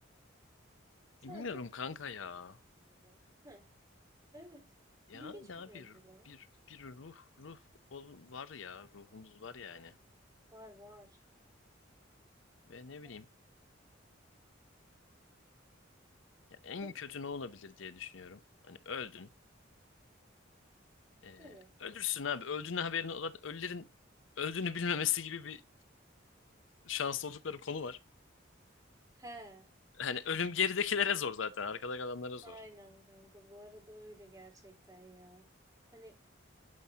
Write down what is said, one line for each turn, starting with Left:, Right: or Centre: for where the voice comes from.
Right: Sanki
Left: bilmiyorum kanka ya.
Right: ölmüşüm gibi. Hı, evet.
Left: Ya
Right: İlginç
Left: ne
Right: bir mevzular
Left: bir
Right: var.
Left: bir bir ruh ruh ol, var ya ruhumuz var yani.
Right: Var var.
Left: Ve ne bileyim
Right: Yani
Left: Ya en
Right: pek-
Left: kötü ne olabilir diye düşünüyorum. Hani öldün. Ee,
Right: evet.
Left: ölürsün abi. Öldüğünün haberini olan ölülerin öldüğünü bilmemesi gibi bir şanslı oldukları konu var.
Right: He.
Left: Hani ölüm geridekilere zor zaten. Arkada kalanlara zor.
Right: Aynen kanka bu arada öyle gerçekten ya. Hani